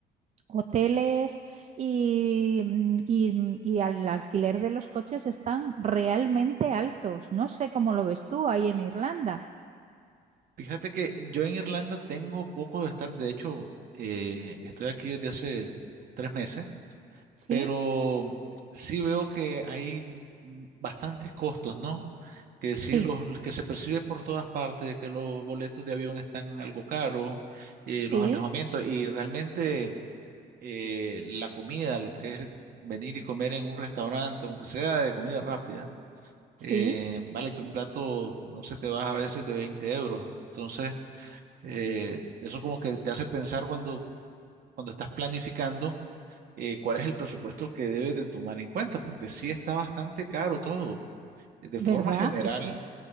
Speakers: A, on the right; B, on the right.
A: hoteles y, mm, y, mm, y al alquiler de los coches están realmente altos. No sé cómo lo ves tú ahí en Irlanda.
B: Fíjate que yo en Irlanda tengo poco de estar, de hecho, eh, estoy aquí desde hace tres meses,
A: Sí,
B: pero sí veo que hay mm, bastantes costos, ¿no? Que sí,
A: sí,
B: los, que se percibe por todas partes, de que los boletos de avión están algo caros, eh,
A: sí,
B: los alojamientos y realmente eh, la comida, lo que es venir y comer en un restaurante, aunque sea de comida rápida,
A: sí,
B: eh, vale que un plato, no sé, te vas a veces de 20 euros. Entonces... Eh, eso como que te hace pensar cuando, cuando estás planificando eh, cuál es el presupuesto que debes de tomar en cuenta, porque sí está bastante caro todo. De
A: ¿verdad?
B: forma general,
A: Es-